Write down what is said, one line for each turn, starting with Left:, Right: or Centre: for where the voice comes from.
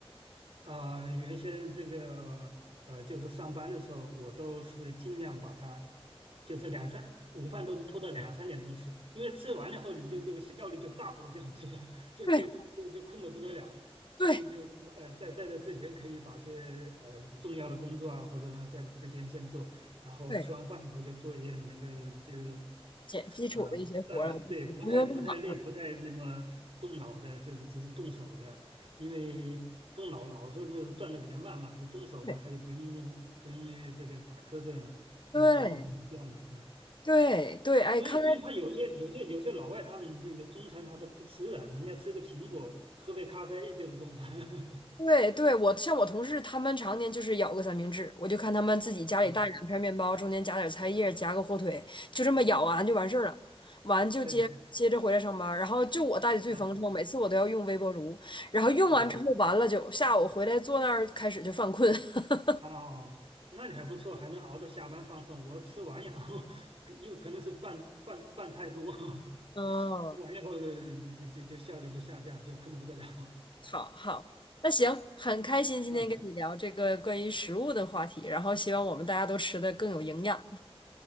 Right: 啊、原先这个呃，就是上班的时候，我都是尽量把它，就是两三午饭都是拖到两三点钟吃，因为吃完了后你就这个效率就大幅度降低了，<laughs> 就就就就困得不得了，
Left: 对
Right: 所以就呃在在这之前可以把一些呃重要的工作啊或者呢在这之前先做，
Left: 对
Right: 然后吃完饭以后就做一点那个就是
Left: 对，减基础的一些活儿啊，
Right: 呃呃，对，
Left: 就是不用动脑，
Right: 不太不太累，不太那么动脑的，就是只是动手的，因为动脑老是那个转的比较慢嘛，你动手吧，
Left: 对
Right: 他就不用不用这个打瞌睡嘛，所以通常是这样的，
Left: 对。
Right: 嗯，
Left: 对对，哎，
Right: 所以所以他有些有些有些老外他们这个中餐他都不吃的，
Left: 看来
Right: 人家吃个苹果，喝杯咖啡就是中餐，<laughs>
Left: 对对，我像我同事他们常年就是咬个三明治，我就看他们自己家里带两片面包，
Right: 啊，
Left: 中间夹点菜叶，夹个火腿，就这么咬完就完事儿了，完就接接着回来上班儿然后就我带的最丰盛，
Right: 对，啊
Left: 每次我都要用微波炉，然后用完之后完了就下午回来坐那儿开始就犯困。
Right: 啊。
Left: <laughs>
Right: 哦，那你还不错，还能熬到下班犯困。我吃完以后，<laughs> 有可能是饭饭饭太多，<laughs>
Left: 嗯，
Right: 吃完以后的就就就效率就下降，就困得不得了。<laughs>
Left: 好好，那行，很开心今天跟你聊这个关于食物的话题，
Right: 嗯，
Left: 然后希望我们大家都吃的更有营养。